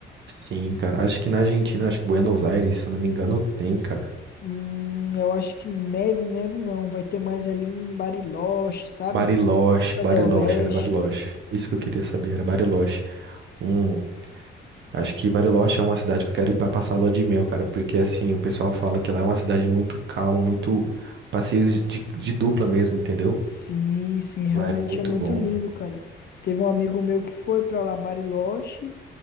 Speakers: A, on the right; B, on the left.
A: Sim, cara. Acho que na Argentina, acho que Buenos Aires, se eu não me engano, tem, cara.
B: Hum, eu acho que neve, neve não. Vai ter mais ali em Bariloche, sabe?
A: Bariloche,
B: Ponta
A: Bariloche,
B: del Leste.
A: era Bariloche. Isso que eu queria saber, era Bariloche. Hum, acho que Bariloche é uma cidade que eu quero ir pra passar a lua de mel, cara. Porque assim, o pessoal fala que lá é uma cidade muito calma, muito passeios de, de dupla mesmo, entendeu?
B: Sim, sim, realmente
A: Lá é muito
B: é muito
A: bom.
B: lindo, cara. Teve um amigo meu que foi pra lá, Bariloche,